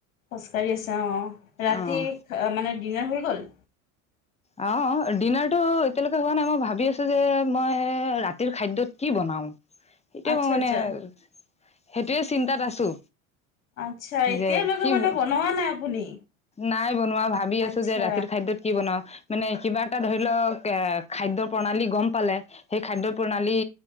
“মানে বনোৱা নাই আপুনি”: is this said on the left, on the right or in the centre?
Left